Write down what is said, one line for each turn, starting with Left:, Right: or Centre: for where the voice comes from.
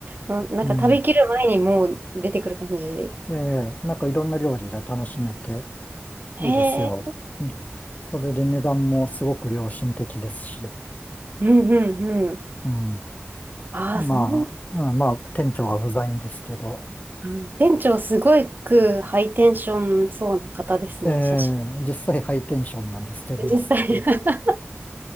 Right: な、なんか食べきる前にもう出てくる感じ。
Left: うん。ええ、なんかいろんな料理が楽しめて。
Right: へえ、
Left: いいですよ。うんそれで値段もすごく良心的ですし、
Right: うんうんうん。
Left: うん。
Right: ああ、
Left: まあ、
Right: そう
Left: うん、まあ、店長は不在んですけど、
Right: うん店長すごくハイテンションそうな方ですね、
Left: ええ実際ハイテンションなんですけど、
Right: 写真。<laughs> 実際。<laughs>